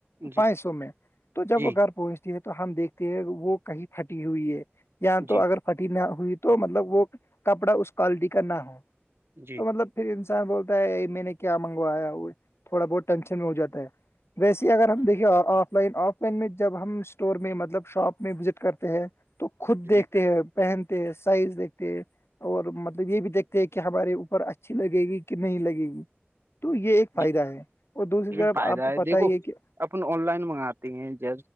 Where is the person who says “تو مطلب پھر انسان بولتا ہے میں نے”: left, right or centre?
Left